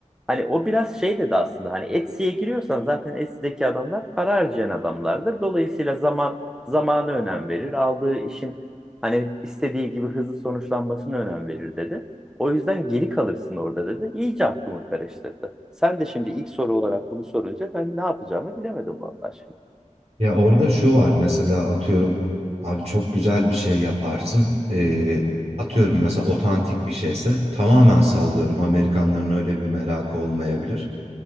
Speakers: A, in the centre; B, on the right (about 55°).
A: Hani o biraz şey dedi aslında hani Etsy'ye giriyorsan zaten Etsy'deki adamlar para harcayan adamlardır. Dolayısıyla zaman zamanı önem verir. Aldığı işin hani istediği gibi hızlı sonuçlanmasını önem verir dedi. O yüzden geri kalırsın orada dedi. İyice aklımı karıştırdı. Sen de şimdi ilk soru olarak bunu sorunca ben ne yapacağımı bilemedim vallahi şimdi.
B: Ya orada şu var mesela atıyorum abi çok güzel bir şey yaparsın. E, atıyorum mesela otantik bir şeyse tamamen sallıyorum. Amerikanların öyle bir merakı olmayabilir.